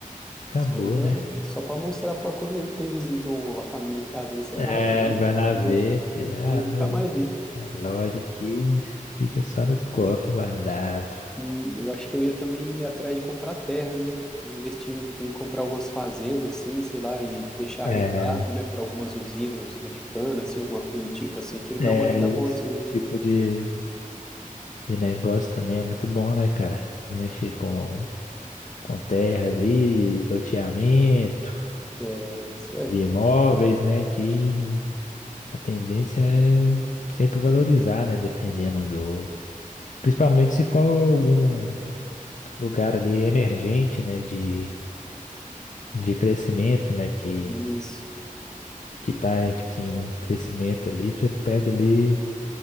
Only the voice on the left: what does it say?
acabou,
né?
É,
vai
lá
ver,
é, ah,
meu,
é, loja aqui fica só no cofre guardado.
É.
É,
esse
tipo de, de negócio também é muito bom, né, cara? Mexer com, com terra ali, loteamento
de imóveis, né? Que a tendência é sempre valorizar, né? Dependendo do. Principalmente se for algum lugar ali emergente, né? De, de crescimento, né? Que,
que tá, tipo assim, num crescimento ali, você pega ali,